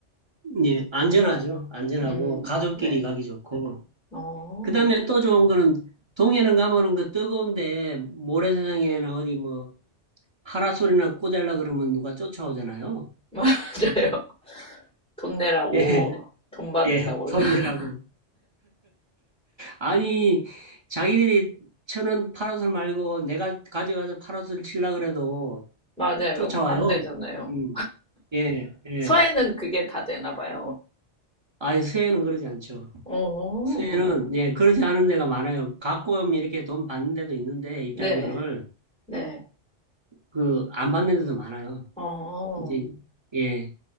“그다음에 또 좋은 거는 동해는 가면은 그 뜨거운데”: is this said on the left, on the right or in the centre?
Right